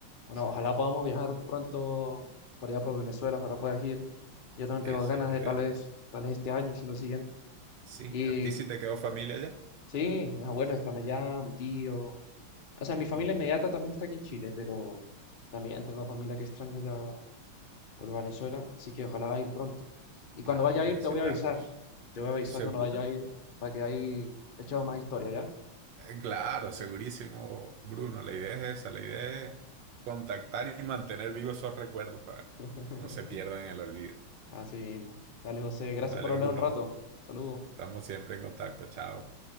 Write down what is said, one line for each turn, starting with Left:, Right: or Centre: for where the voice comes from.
Left: Bueno,
Right: Sí,
Left: ojalá podamos viajar pronto por allá por Venezuela, ojalá puedas ir. Yo también tengo
Right: esa
Left: ganas
Right: es la
Left: de
Right: idea.
Left: tal vez, tal vez este año, si no el siguiente.
Right: Sí,
Left: Y
Right: ¿a ti sí te quedó familia ya?
Left: Sí, mis abuelos están allá, mi tío. O sea, mi familia
Right: Ya,
Left: inmediata también está aquí en Chile, pero también tengo familia que extraño allá por Venezuela, así que ojalá ir pronto. Y
Right: claro,
Left: cuando vaya
Right: hay
Left: a
Right: que
Left: ir
Right: visitarlos.
Left: te voy a avisar. Te voy a avisar
Right: Seguro.
Left: cuando vaya a ir para que ahí echemos más historia, ¿ya?
Right: Eh, Claro, segurísimo, Bruno. La idea es esa, la idea es contactar y mantener vivos esos recuerdos para que
Left: <laughs>
Right: no se pierdan en el olvido.
Left: Así mismo. Dale, José, gracias
Right: Dale,
Left: por hablar
Right: Bruno.
Left: un rato. Saludos.
Right: Estamos siempre en contacto. Chao.